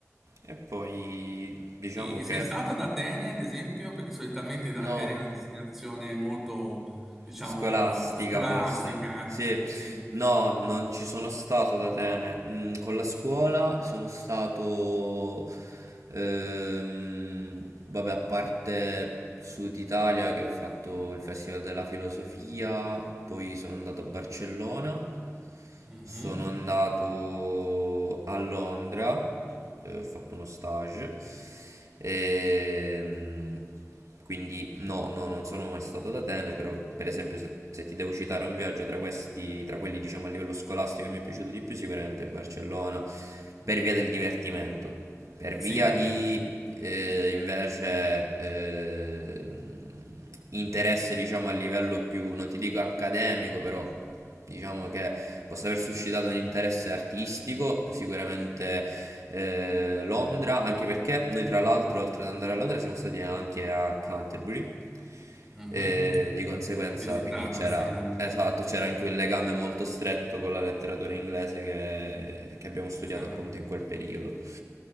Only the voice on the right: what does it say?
E poi diciamo
che
no,
Scolastica
forse. Sì,
no, non ci sono stato ad Atene. Mm, con la scuola sono stato, ehm, vabbè, a parte Sud Italia che ho fatto il Festival della Filosofia, poi sono andato a Barcellona,
sono andato a Londra, eh, ho fatto uno stage, e quindi no, no, non sono mai stato ad Atene, però per esempio se, se ti devo citare un viaggio tra questi, tra quelli diciamo a livello scolastico che mi è piaciuto di più, sicuramente è Barcellona,
per via del divertimento, per
via di eh, invece eh, interesse diciamo a livello più, non ti dico accademico, però Diciamo che possa aver suscitato un interesse artistico, sicuramente eh, Londra, anche perché noi tra l'altro oltre ad andare a Londra siamo stati anche a Canterbury,
e di conseguenza
quindi c'era,
esatto, c'era anche un legame molto stretto con la letteratura inglese che, che abbiamo studiato
appunto in quel periodo.